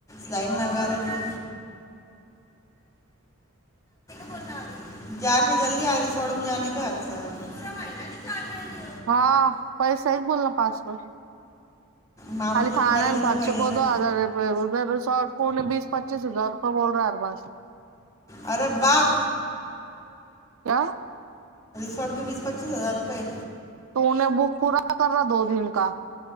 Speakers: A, on the left; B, on the right.
A: لائن لگا رہے کو جا کے جلدی آ رہی سوڑ مجانے کیاپتا
B: ہاں بی صحی بولنا پاس کو
A: ماموں
B: خالی
A: جب
B: کھانا
A: کریں
B: میں
A: گے جب
B: خرچے
A: آئیں گے
B: کو
A: نا
B: دو ہزاروپ ریسارٹ کون بیس پچیس ہزار روپئے بول رہا ہے بس
A: اورے بپ
B: کیا
A: سوٹ کے بیس پچیس ہزار روپئے
B: تو انیں بک پورا کرا دو دن کا